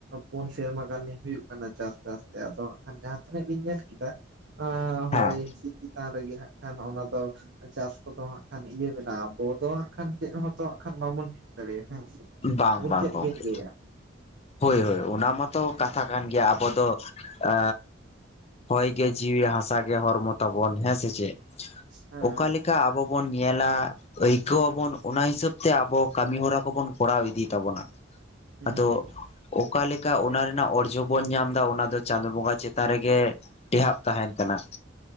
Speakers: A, on the right; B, on the left.
A: ᱯᱩᱱ ᱥᱮᱨᱢᱟ ᱜᱟᱱ ᱦᱩᱭᱩᱜ ᱠᱟᱱᱟ ᱪᱟᱥ ᱪᱟᱥ ᱛᱮ ᱟᱫᱚ ᱡᱟᱦᱟᱸ ᱛᱤᱱᱟᱹᱜ ᱞᱤᱧ ᱧᱮᱞ ᱠᱮᱫᱟ
B: ᱦᱮᱸ
A: ᱦᱳᱭ ᱦᱚᱸ ᱪᱮᱛᱟᱱ ᱨᱮᱜᱮ ᱦᱟᱸᱜ ᱠᱷᱟᱱ ᱚᱱᱟ ᱫᱚ ᱪᱟᱥ ᱠᱚᱫᱚ ᱦᱟᱸᱜ ᱠᱷᱟᱱ ᱤᱭᱟᱹ ᱢᱮᱱᱟᱜᱼᱟ ᱟᱵᱚ ᱫᱚ ᱦᱟᱸᱜ ᱠᱷᱟᱱ ᱪᱮᱫ ᱦᱚᱸᱛᱚ ᱦᱟᱜ ᱠᱷᱟᱱ ᱵᱟᱵᱚᱱ ᱴᱷᱤᱠ ᱫᱟᱲᱮᱭᱟᱜᱼᱟ᱾
B: ᱵᱟᱝ
A: ᱟᱵᱤᱱ
B: ᱵᱟᱝ
A: ᱪᱮᱫ
B: ᱜᱚᱝᱠᱮ
A: ᱵᱤᱱ ᱞᱟᱹᱭ -ᱟ?
B: ᱦᱳᱭ ᱦᱳᱭ ᱚᱱᱟ ᱢᱟᱛᱚ ᱠᱟᱛᱷᱟ ᱠᱟᱱ ᱜᱮᱭᱟ ᱟᱵᱚ ᱫᱚ ᱮᱻ ᱦᱚᱭ ᱜᱮ ᱡᱤᱣᱤ ᱦᱟᱥᱟ ᱜᱮ ᱦᱚᱲᱢᱚ ᱛᱟᱵᱚᱱ ᱦᱮᱸ ᱥᱮ ᱪᱮᱫ
A: ᱦᱮᱸ
B: ᱚᱠᱟ ᱞᱮᱠᱟ ᱟᱵᱚ ᱵᱚᱱ ᱧᱮᱞᱟ ᱟᱹᱭᱠᱟᱹᱣᱟᱵᱚᱱ ᱚᱱᱟ ᱦᱤᱥᱟᱹᱵ ᱛᱮ ᱟᱵᱚ ᱠᱟᱹᱢᱤ ᱦᱚᱨᱟ ᱠᱚᱵᱚᱱ ᱠᱚᱨᱟᱣ ᱤᱫᱤ ᱛᱟᱵᱚᱱᱟ
A: ᱦᱮᱸ
B: ᱟᱫᱚ ᱚᱠᱟᱞᱮᱠᱟ ᱚᱱᱟ ᱨᱮᱱᱟᱜ ᱚᱨᱡᱚ ᱵᱚᱱ ᱧᱟᱢ ᱮᱫᱟ ᱚᱱᱟᱫᱚ ᱪᱟᱸᱫᱳ ᱵᱚᱸᱜᱟ ᱪᱮᱛᱟᱱ ᱨᱮᱜᱮ ᱴᱮᱦᱟᱵ ᱛᱟᱦᱮᱱ ᱠᱟᱱᱟ